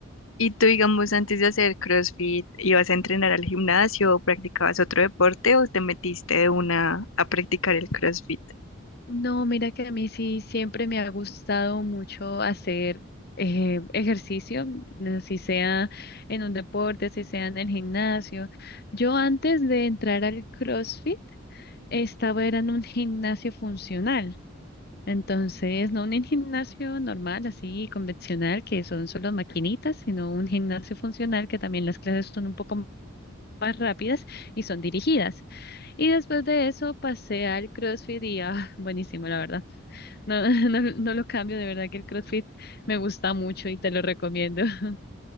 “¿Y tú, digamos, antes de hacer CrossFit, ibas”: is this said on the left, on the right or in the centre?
Left